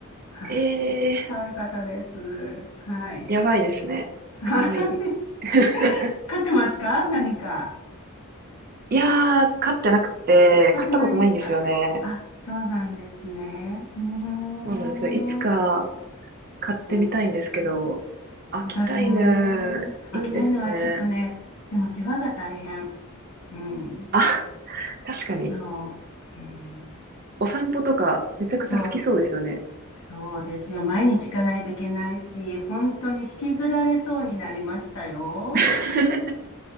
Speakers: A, on the left (about 75°); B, on the right (about 40°).
A: はい。
B: ええー
A: 可愛かったです。はい。
B: やばいですね。
A: <laughs> はい。
B: かわいい。<laughs>
A: 飼ってますか何か。
B: いやー、飼ってなくて、
A: 飼ってないですかあ、
B: 飼ったことないんですよね。
A: そうなんですね。うーん。
B: そうなんですよ。いつか
A: う
B: 飼ってみたいんですけど、
A: ん。
B: 秋田犬、
A: 私もね、飽きたいのはちょっとね、
B: いいですね。
A: でも世話が大変。うん。
B: あ、確かに。
A: そう。うん
B: お散歩とか、めちゃくちゃ好きそうですよね。
A: そう、そうですよ。毎日行かないといけないし、本当に引きずられそうになりましたよ。
B: <laughs>